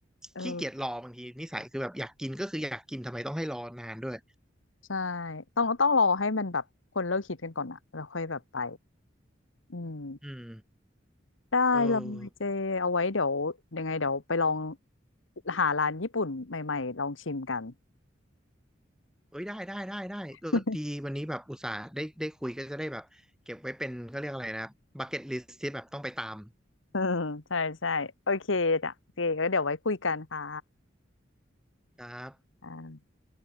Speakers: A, on the left (about 85°); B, in the centre.
A: เออ
B: ขี้เกียจรอบางทีนิสัยคือแบบอยากกินก็คืออยากกินทำไมต้องให้รอนานด้วย
A: ใช่ต้องต้องรอให้มันแบบคนเลิกคิดกันก่อนอะแล้วค่อยแบบไปอืม
B: อืม
A: ได้เลยเจเอาไว้เดี๋ยวยังไงเดี๋ยวไปลอง
B: เออ
A: หาร้านญี่ปุ่นใหม่ๆลองชิมกัน
B: เอ้ยได้ได้ได้ได้ก็ดีวันนี้แบบอุตส่าห์ได้ได้คุยก็จะได้แบบเก็บไว้เป็นก็เรียกอะไรนะบักเก็ตลิสที่แบบต้องไปตาม
A: <laughs> เอืใช่ใช่โอเคจ้ะโอเคก็เดี๋ยวไว้คุยกันค่ะ
B: ครับ
A: อ่า